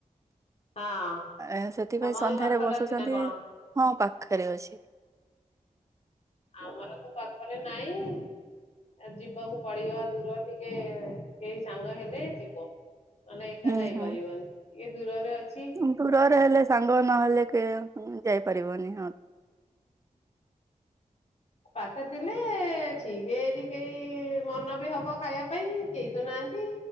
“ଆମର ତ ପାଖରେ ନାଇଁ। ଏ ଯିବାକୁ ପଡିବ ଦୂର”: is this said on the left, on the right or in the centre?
Left